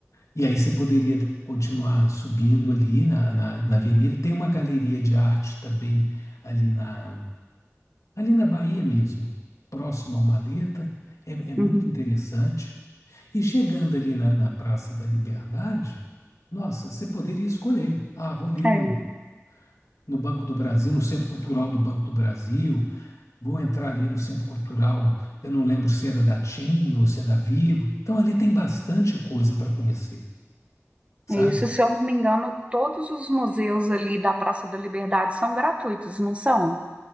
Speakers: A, on the left (about 80°); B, on the right (about 25°).
A: E aí você poderia continuar subindo ali na, na, na avenida. Tem uma galeria de arte também ali na, ali na Bahia mesmo, próximo ao Maleta. É, é muito
B: Uhum.
A: interessante. E chegando ali na, na Praça da Liberdade, nossa, você poderia escolher. Ah, vou ali
B: É.
A: no, no Banco do Brasil, no Centro Cultural do Banco do Brasil, vou entrar ali no Centro Cultural, eu não lembro se era da TIM ou se é da Vivo. Então ali tem bastante coisa para conhecer, sabe?
B: É Isso, se eu não me engano, todos os museus ali da Praça da Liberdade são gratuitos, não são?